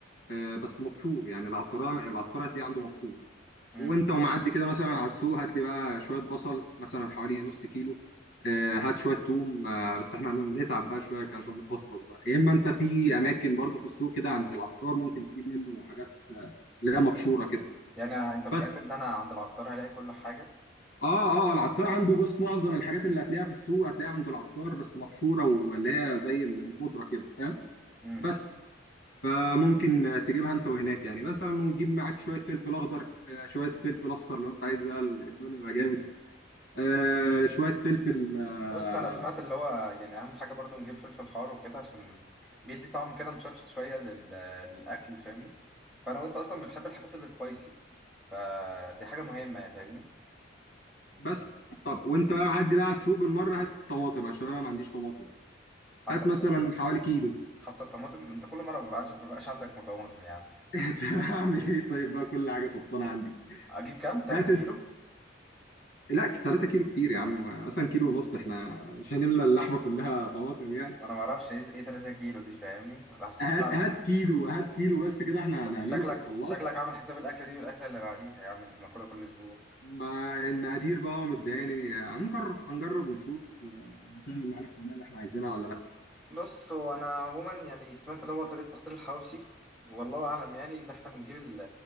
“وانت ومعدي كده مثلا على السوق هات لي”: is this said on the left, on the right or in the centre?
Left